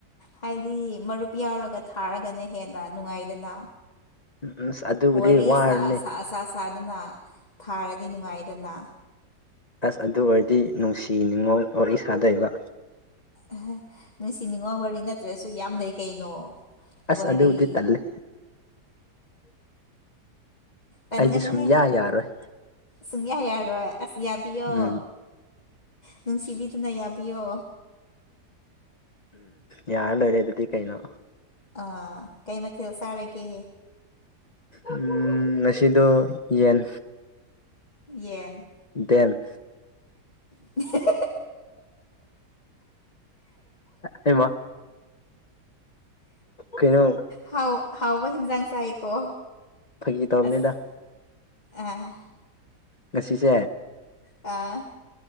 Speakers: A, on the left (about 25°); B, on the left (about 45°).
A: ꯍꯥꯏꯗꯤ ꯃꯔꯨꯞ ꯌꯥꯎꯔꯒ ꯊꯥꯔꯒꯅ ꯍꯦꯟꯅ ꯅꯨꯡꯉꯥꯏꯗꯅ
B: ꯎꯝ ꯑꯁ ꯑꯗꯨꯕꯨꯗꯤ
A: ꯋꯥꯔꯤ
B: ꯋꯥꯔꯅꯤ
A: ꯁꯥ ꯁꯥ ꯁꯥꯗꯅ ꯊꯥꯔꯗꯤ ꯅꯨꯡꯉꯥꯏꯗꯅ
B: ꯑꯁ ꯑꯗꯨ ꯑꯣꯏꯔꯗꯤ ꯅꯨꯡꯁꯤ ꯅꯤꯡ ꯑꯣꯜ ꯋꯥꯔꯤ ꯁꯥꯗꯣꯏꯕ
A: ꯑꯍꯥ ꯅꯨꯡꯁꯤ ꯅꯤꯡꯉꯣꯜ ꯋꯥꯔꯤ ꯅꯠꯇ꯭ꯔꯁꯨ ꯌꯥꯝ ꯂꯩ ꯀꯩꯅꯣ
B: ꯑꯁ
A: ꯋꯥꯔꯤ
B: ꯑꯗꯨꯕꯨꯗꯤ ꯇꯜꯂꯦ
A: ꯇꯟꯒꯅꯨꯍꯦ
B: ꯑꯩꯗꯤ ꯁꯨꯡꯌꯥ ꯌꯥꯔꯣꯏ
A: ꯁꯨꯡꯌꯥ ꯌꯥꯔꯣꯏ ꯑꯁ ꯌꯥꯕꯤꯌꯣ
B: ꯎꯝ
A: ꯅꯨꯡꯁꯤꯕꯤꯗꯨꯅ ꯌꯥꯕꯤꯌꯣ
B: ꯌꯥꯔ ꯂꯣꯏꯔꯦ ꯑꯗꯨꯗꯤ ꯀꯩꯅꯣ
A: ꯑꯥ ꯀꯩ ꯃꯊꯦꯜ ꯆꯥꯔꯒꯦ
B: ꯎꯝ ꯉꯁꯤꯗꯣ ꯌꯦꯟ
A: ꯌꯦꯟ
B: ꯗꯦꯟ
A: ꯎ <unintelligible>
B: ꯍꯃꯥ ꯀꯩꯅꯣ
A: ꯍꯥꯎ ꯍꯥꯎꯕ ꯍꯤꯟꯖꯥꯡ ꯆꯥꯏꯀꯣ
B: ꯐꯥꯒꯤ ꯇꯧꯕꯅꯤꯗ
A: ꯑꯁ ꯑꯥ
B: ꯉꯁꯤꯁꯦ
A: ꯑꯥ